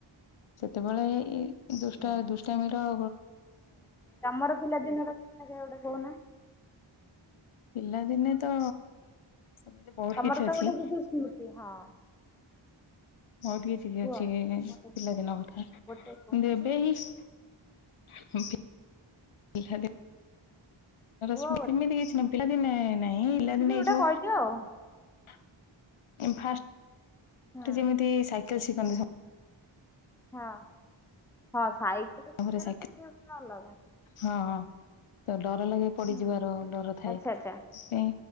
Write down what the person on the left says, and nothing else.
ସେତେବେଳେ ଦୁଷ୍ଟା
ଦୁଷ୍ଟାମେର
ପିଲାଦିନେ ତ ସେମିତି ବହୁତ
କିଛି
ଅଛି।
ମଉ ଟିକେ
ଅଛି
ପିଲାଦିନ କଥା କିନ୍ତୁ
ଏବେ ହିଁ ହ ଆ।
ସେମିତି
କିଛି ନା ପିଲାଦିନେ ନହିଁ
ପିଲାଦିନେ
ହେଇ
ଯିବୁ।
ଏମ୍ଫା। ସେ
ଯେମିତି ଛି କ
ଘରେ ସାଇକେଲ
ହଁ ହଁ ତ ଡର ଲାଗେ ପଡିଯିବାର
ଡର ଥାଏ।
ସେ